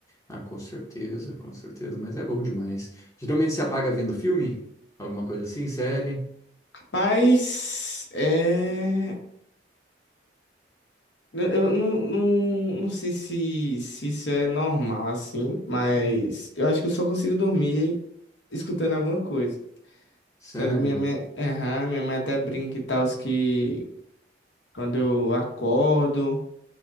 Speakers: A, on the left (about 15°); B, on the left (about 75°).
A: Ah, com certeza, com certeza. Mas é bom demais. Geralmente se apaga vendo filme? Alguma coisa assim? Série?
B: Mas é. Eu eu não, não, não sei se, se isso é normal assim, mas
A: Hum,
B: eu acho que eu só consigo dormir escutando alguma coisa.
A: sério?
B: Tanto Minha mãe, aham, minha mãe até brinca e tal, que quando eu acordo,